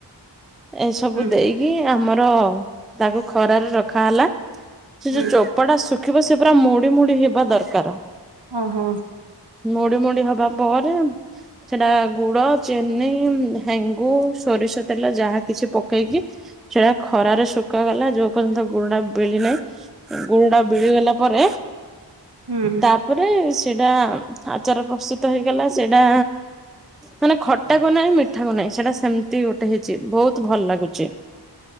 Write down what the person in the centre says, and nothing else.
ଏସବୁ
ଦେଇକି ଆମର ତାକୁ ଖରାରେ ରଖା ହେଲା ସେ
ଯୋଉ ଚ କପଟା ଶୁଖିବ ସେ ପୁରା ମୋଡି ମୁଡି ହେବା ଦରକାର।
ମୋଡି ମୋଡି ହବା ପରେ ସେଟା ଗୁଡ ଚେନି ହେଙ୍ଗୁ ସୋରିଷ ତେଲ ଯାହା କିଛି ପକେଇକି ସେଟା ଖରାରେ ଶୁଖ ଗଲା ଯୋଉ ପର୍ଯ୍ୟନ୍ତ ଗୁଡ ଟା ବେଲି ନାହିଁ। ଗୁଣ୍ଡା ବିଳିଗଲା ପରେ
ତାପରେ ସେଇଟା ଆଚାର ପ୍ରସ୍ତୁତ ହେଇଗଲା ସେଇଟା ମାନେ ଖଟା କ ନାହିଁ ମିଠା କ ନାହିଁ ସେଟା ସେମିତି ଗୋଟେ ହେଇଛି ବହୁତ ଭଲ ଲାଗୁଚି।